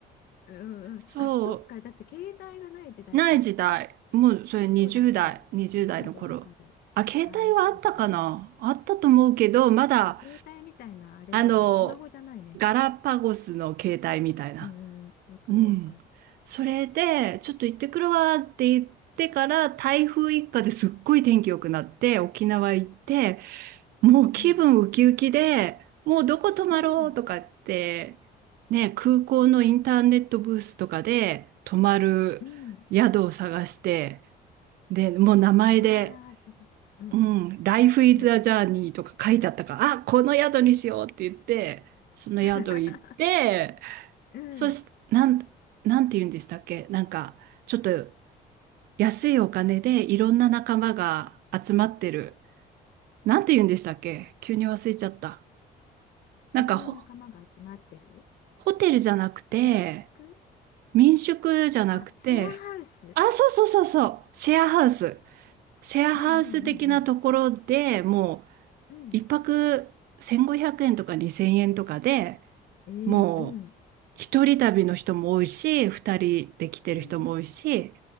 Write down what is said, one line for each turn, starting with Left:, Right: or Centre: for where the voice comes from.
Left: うんうん。
Right: そ
Left: あ、そっか。だって携帯がない時代か。
Right: う、ない時代。もうそれ20代、
Left: そうだよね。
Right: 20代の頃。
Left: わかるわかる。
Right: あ、携帯はあったかなあったと思うけど、
Left: ああ、そうだよね。
Right: まだ、
Left: す携帯みたいなあれだよね。
Right: あの、
Left: スマホじゃないね。
Right: ガラパゴスの携帯みたいな。
Left: うんうんうん。わかるわかる。
Right: うん。それで、ちょっと行ってくるわって言ってから、台風一過ですっごい天気良くなって、沖縄行って、もう気分ウキウキで、
Left: うん。
Right: もうどこ泊まろうとかって、
Left: うん。
Right: ね、空港のインターネットブースとかで泊まる宿を探して、
Left: うん。
Right: で、もう名前で、
Left: ああ、すごい。うんうん。
Right: うん、Life is
Left: 決めて。
Right: a Journey とか書いてあったから、あ、この宿にしようって言って、その宿行って、
Left: <laughs> うん。
Right: そして、なん、なんて言うんでしたっけなんか、ちょっと安いお金でいろんな仲間が集まってる。なんて言うんでしたっけ急に忘れちゃった。なんかほ
Left: いろんな仲間が集まってる。
Right: ホテルじゃなくて、
Left: 民宿
Right: 民宿じゃなくて、
Left: あ、シェアハウス。
Right: あ、そうそうそうそう、シェアハウス。シェアハウス的なところでも
Left: うんうんうんうん。うん。
Right: う、一泊1500円とか2000円とかで、
Left: えー、
Right: もう、
Left: うん。
Right: 一人旅の人も多いし、二人で来てる人も多いし、
Left: うん。